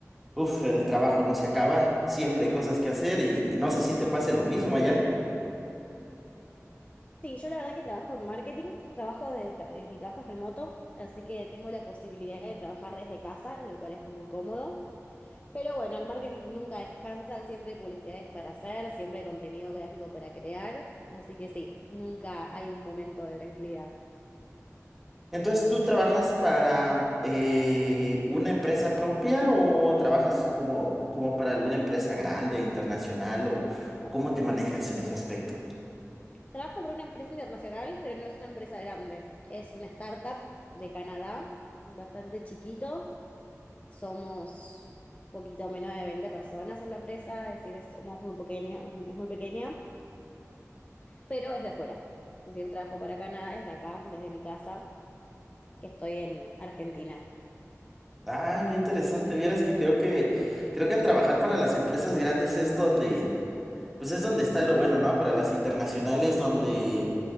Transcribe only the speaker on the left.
Sí, yo la verdad que trabajo en marketing, trabajo de tra- eh, mi trabajo es remoto, así que tengo la posibilidad de trabajar desde casa, lo cual es muy cómodo. Pero bueno, el marketing nunca descansa, siempre hay publicidades para hacer, siempre hay contenido gráfico para crear, así que sí, nunca hay un momento de tranquilidad.
Trabajo por una empresa internacional, pero no es una empresa grande, es una startup de Canadá, bastante chiquito, somos poquito menos de 20 personas en la empresa, es decir, somos muy pequeña, es muy pequeña, pero es de fuera, es decir, trabajo para Canadá desde acá, desde mi casa, que estoy en Argentina.